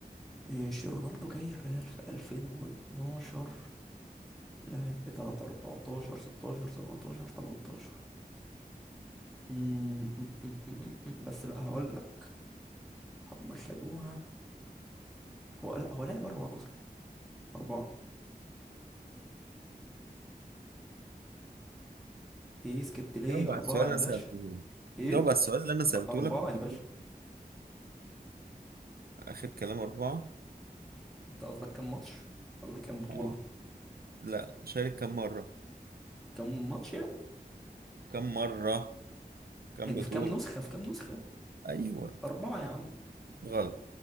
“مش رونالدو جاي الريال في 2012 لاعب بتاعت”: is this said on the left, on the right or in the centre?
Centre